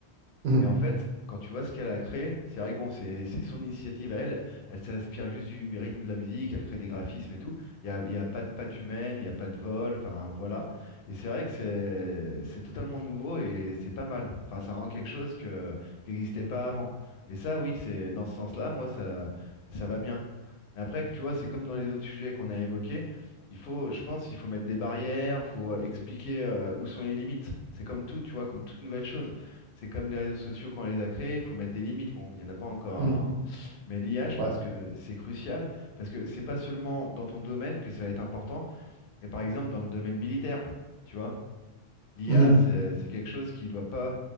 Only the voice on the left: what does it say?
Et en fait, quand tu vois ce qu'elle a créé, c'est vrai que bon, c'est c'est son initiative à elle. Elle s'inspire juste du rythme de la musique, elle crée des graphismes et tout. Il n'y a, il y a pas de patte humaine, il n'y a pas de vol, enfin voilà. Et c'est vrai que c'est c'est totalement nouveau et c'est pas mal. Enfin, ça rend quelque chose que, qui n'existait pas avant. Et ça, oui, c'est dans ce sens-là, moi, ça, ça va bien. Mais après, tu vois, c'est comme dans les autres sujets qu'on a évoqués. Il faut, je pense, il faut mettre des barrières, faut euh, expliquer euh, où sont les limites. C'est comme tout, tu vois, comme toute nouvelle chose. C'est comme les réseaux sociaux quand on les a créés, il faut mettre des limites. Bon, il n'y en a pas encore
là. hein. Mais l'IA, je pense
que c'est crucial parce que c'est pas seulement dans ton domaine que ça va être important, mais par exemple dans le domaine militaire, tu vois. L'IA,
c'est c'est quelque chose qui doit pas,